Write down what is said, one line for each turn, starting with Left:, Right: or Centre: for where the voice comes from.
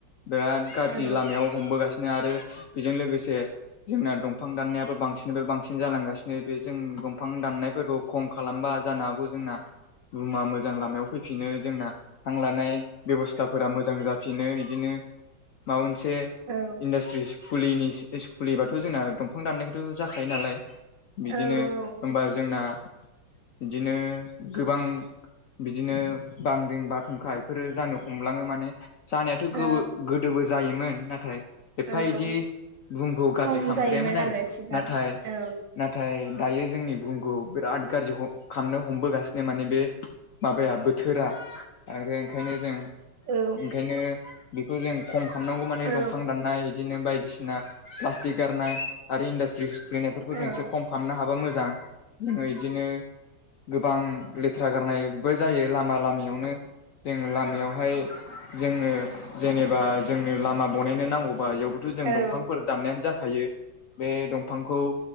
Left: बिराद गाज्रि
Right: औ
Left: लामायाव हमबोगासिनो आरो बेजों लोगोसे जोंना दंफां दाननायाबो बांसिननिफ्राय बांसिन जालांगासिनो बे जों दंफां दाननायफोरखौ खम खालामबा जानो हागौ जोंना रुमा मोजां लामायाव फैफिनो। जोंना हां लानाय बेब'स्थाफोरा मोजां जाफिनो। बिदिनो माबा मोनसे इन्डासट्रिस
Right: औ
Left: खुलिनि खुलिबाथ' जोंना दंफां दाननायखौथ' जाखायो नालाय बिदिनो
Right: औ
Left: होनबा जोंना बिदिनो गोबां बिदिनो बांग्रिं बारहुंखा बेफोरो जानो हमलाङो माने जानायाथ' गो-गोदोबो
Right: औ
Left: जायोमोन नाथाय एफा
Right: औ
Left: इदि बुहुमखौ गाज्रि
Right: खम
Left: खालामद्रायामोन
Right: जायोमोन
Left: आरो
Right: सिगां
Left: नाथाय
Right: औ
Left: नाथाय दायो जोंनि बुहुमखौ बिराद गाज्रि ह' खालामनो हमबोगासिनो माने बे माबाया बोथोरा आरो ओंखायनो जों
Right: औ
Left: ओंखायनो बेखौ जों खम खालामनांगौ माने
Right: औ
Left: दंफां दाननाय इदिनो बायदिसिना प्लास्टिक गारना आरो इन्डास्ट्रिस खुलिनायफोरखौ जों
Right: औ
Left: एसे खम खामनो हाबा मोजां जोङो इदिनो गोबां लेथ्रा गारनायबो जायो ला मा लामियावनो। जोङो लामायावहाय जोंनो जेनेबा जोंनो लामा बानायनो नांगौबा एयाव बोथ' जों
Right: औ
Left: दंफांफोर दानायानो जाखायो बे दंफांखौ